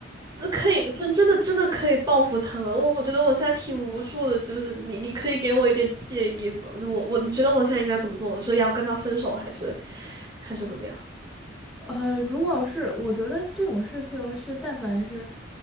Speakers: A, on the right; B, in the centre.
A: 那可以，真真的真的可以报复他们。我我觉得我现在挺无助的，就是你你可以给我一点建议吗？就我我你觉得我现在应该怎么做？我是要跟他分手，还是还是怎么样？
B: 呃，如果是我觉得这种事情是，但凡是，